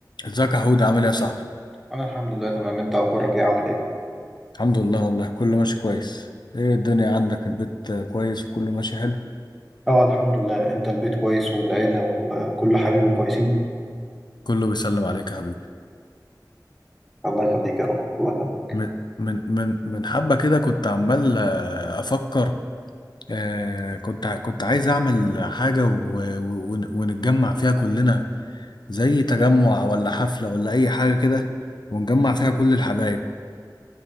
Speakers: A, on the left; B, in the centre.
A: ازيك يا حود عامل ايه يا صاحبي
B: انا الحمد لله تمام انت اخبارك ايه عامل ايه
A: الحمد لله والله كله ماشي كويس ايه الدنيا عندك البيت كويس وكله ماشي حلو
B: اه الحمد لله انت البيت كويس والعيله وكل حبايبي كويسين
A: كله بيسلم عليك يا حبيبي
B: الله يخليك يا رب الله يخليك
A: من من من من حبة كده كنت عمال آه، افكر آه كنت ع- كنت عايز اعمل حاجة و- و- ون- ونتجمع فيها كلنا زي تجمع ولا حفلة ولا اي حاجة كده ونجمع فيها كل الحبايب